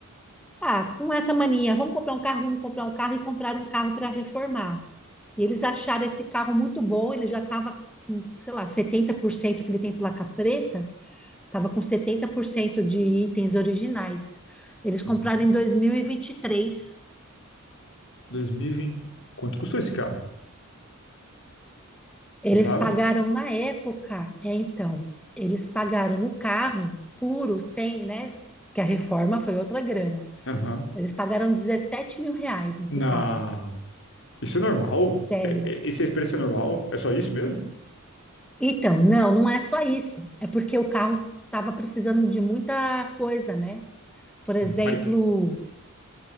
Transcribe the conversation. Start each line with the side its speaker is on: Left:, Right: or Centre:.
Centre: ah, com essa mania, vamos comprar um carro, vamos comprar um carro e compraram um carro para reformar. E eles acharam esse carro muito bom, ele já estava com, sei lá, setenta por cento que ele tem placa preta, estava com 70% de itens originais. Eles
Left: Uhum.
Centre: compraram em dois mil e e vinte e três.
Left: dois mil e vinte. Quanto custou esse carro?
Centre: Eles
Left: Você sabe?
Centre: pagaram na época, é, então, eles pagaram no carro puro, sem, né? Porque a reforma foi outra grana.
Left: Aham.
Centre: Eles pagaram 17 mil reais nesse
Left: Não.
Centre: carro,
Left: Isso é normal?
Centre: sério.
Left: É- é- Esse preço é normal? É só isso mesmo?
Centre: Então, não, não é só isso. É porque o carro estava precisando de muita coisa, né? Por exemplo,
Left: Mas,